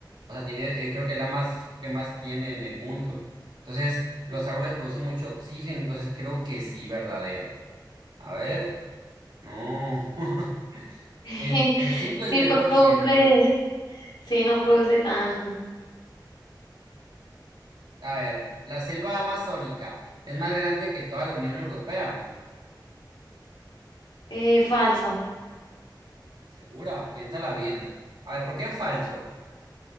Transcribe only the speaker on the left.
<laughs>
Sí,
produce, sí, no produce tanto.
Eh, falso.